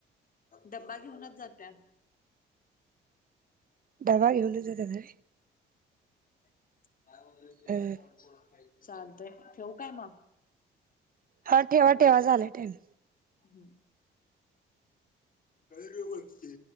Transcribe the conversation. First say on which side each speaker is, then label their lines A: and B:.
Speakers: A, on the left; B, on the right.
A: डब्बा घेऊनच जात्या
B: डबा घेऊनच जात्यात व्हय
A: <inaudible>
B: व्हय
A: चालतय ठेऊ काय म
B: हा ठेवा ठेवा झालंय टायमिंग
A: हू काय रे वर ते